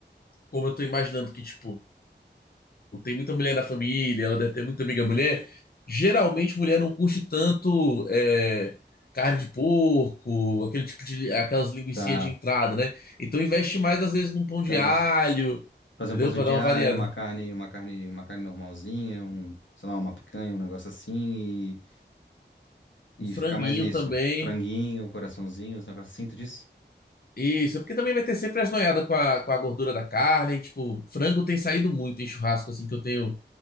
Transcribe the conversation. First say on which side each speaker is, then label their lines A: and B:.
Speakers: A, on the left; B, on the left.
A: como eu tô imaginando que tipo tem muita mulher na família, ela deve ter muita amiga mulher. Geralmente, mulher não curte tanto é, carne de porco, aquele tipo de, aquelas linguicinhas
B: Tá,
A: de entrada, né? Então, investe mais, às vezes, num pão
B: ficar
A: de
B: mais.
A: alho,
B: Fazer
A: entendeu?
B: um pãozinho
A: Pra
B: de
A: dar uma
B: alho,
A: variada.
B: uma carne, uma carne, uma carne normalzinha, um, sei lá, uma picanha, um negócio assim e,
A: Um franguinho
B: e ficar mais nisso.
A: também.
B: Franguinho, coraçãozinho, os negócios assim, tu disse?
A: Isso, é porque também vai ter sempre as noiadas com a, com a gordura da carne. e, tipo, frango tem saído muito em churrasco, assim, que eu tenho